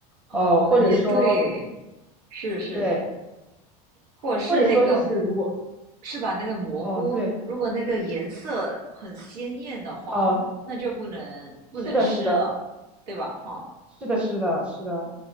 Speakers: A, on the right (about 85°); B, in the centre.
A: 哦，
B: 呃，或者说，
A: 也对，是是，
B: 对，
A: 或者是那个，
B: 或者说就是如果，
A: 是吧？那个蘑菇，
B: 哦，对，
A: 如果那个颜色很鲜艳的话，
B: 哦，
A: 那就不能不能吃了，
B: 是的，是的。
A: 对吧？哈，
B: 是的，是的，是的，